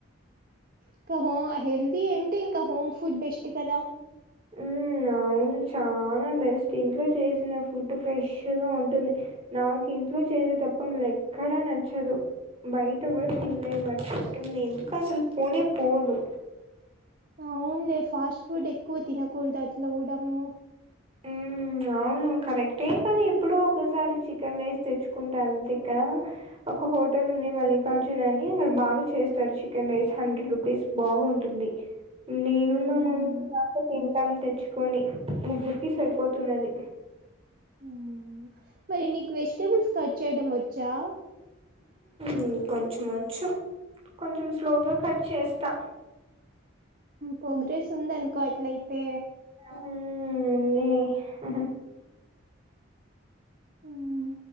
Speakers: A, on the right; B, on the right.
A: ఇంకా హో హెల్దీ అంటే ఇంకా హోమ్ ఫుడ్ బెస్ట్ కదా
B: ఉ అవును చాలా బెస్ట్ ఇంట్లో చేసిన ఫుడ్ ఫ్రెష్ గా ఉంటుంది నాకు ఇంట్లో చేసే తప్ప మళ్ళ ఎక్కడా నచ్చదు బయట కూడా తిన్లే మాకు చోటు ఉంది ఎందుకు అసలు పోనే పోదు
A: అవును లే ఫాస్ట్ ఫుడ్ ఎక్కువ తినకూడదు అట్ల కూడా మేము
B: ఊ ఆ అవును కరెక్టే కానీ ఎప్పుడో ఒకసారి చికెన్ రైస్ తెచ్చుకుంటా అంతే ఇక్కడ ఒక హోటల్ ఉంది మల్లికార్జున్ అని అక్కడ బాగా చేస్తారు చికెన్ రైస్ హండ్రెడ్ రూపీస్ బాగుంటుంది నేను
A: అవునా
B: మా మమ్మీ కాక తింటాం తెచ్చుకొని ముగ్గురు కి సరిపోతున్నది
A: అవునా మరి నీకు వెజిటబుల్స్ కట్ చేయడం వచ్చా
B: ఊ కొంచం వచ్చు కొంచెం స్లోగా కట్ చేస్తా
A: ప్రోగ్రెస్ ఉంది అనుకో అట్లయితే
B: ఉమ్ నీ హ
A: మ్